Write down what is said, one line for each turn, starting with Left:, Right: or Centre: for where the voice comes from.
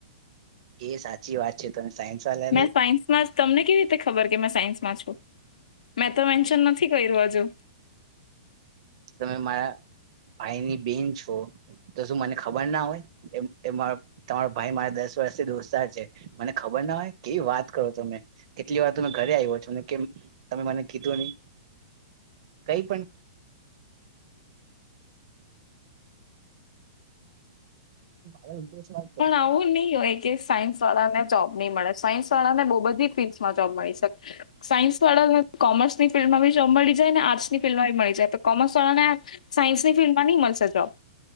Right: એ સાચી વાત છે તમે સાયન્સ વાળા
Left: મેં
Right: તો
Left: સાયન્સમાં તમને કેવી રીતે ખબર કે મેં સાયન્સમાં છું મેં તો મેન્શન નથી કર્યું હજુ.
Right: તમે મારા ભાઈની બેન છો. તો શું મને ખબર ના હોય એ મારો. તમારો ભાઈ મારા દસ વર્ષથી દોસ્તાર છે મને ખબર ના હોય કેવી વાત કરો તમે. કેટલી વાર તો મેં ઘરે આવ્યો છું ને કે તમે મને કીધું નહી કઈ પણ. ભાઈ ઉપદેશ વાંચ.
Left: પણ આવું નહી હોય કે સાયન્સ વાળા ને જોબ નહી મળે સાયન્સ વાળા ને બહુ બધી ફિલ્ડમાં જોબ મળી શકે. સાયન્સવાળા કોમર્સની ફિલ્ડમાં બી જો મળી જાય ને આર્ટસની ફિલ્ડમાં બી મળી જાય તો કોમર્સ વાળા ને સાયન્સની ફિલ્ડમાં નહી મળશે જોબ.